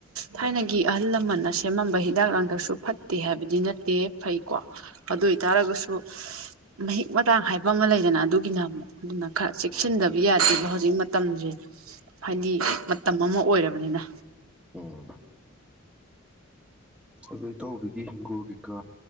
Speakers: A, on the right; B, in the centre.
A: ꯊꯥꯏꯅꯒꯤ ꯑꯍꯜ ꯂꯃꯟꯅ ꯁꯦꯝꯃꯝꯕ ꯍꯤꯗꯥꯛ ꯂꯥꯡꯊꯛꯁꯨ ꯐꯠꯇꯦ ꯍꯥꯏꯕꯗꯤ ꯅꯠꯇꯦ ꯐꯩꯀꯣ ꯑꯗꯨ ꯑꯣꯏꯇꯥꯔꯒꯁꯨ ꯃꯍꯤꯛ ꯃꯇꯥꯡ ꯍꯥꯏꯕ ꯑꯃ ꯂꯩꯗꯅ ꯑꯗꯨꯒꯤꯅ ꯑꯃꯨꯛ ꯑꯗꯨꯅ ꯈꯔ ꯆꯦꯛꯁꯤꯟꯗꯕ
B: ꯍꯣꯏ ꯍꯣꯏ
A: ꯌꯥꯗꯦꯕ ꯍꯧꯖꯤꯛ ꯃꯇꯝ ꯍꯥꯏꯗꯤ ꯃꯇꯝ ꯑꯃ ꯑꯣꯏꯔꯔꯕ ꯃꯅꯤꯅ
B: ꯑꯣ ꯑꯗꯨꯗꯣ ꯏꯇꯥꯎꯕꯤꯒꯤ ꯍꯤꯡꯒꯣꯕꯤꯀꯥ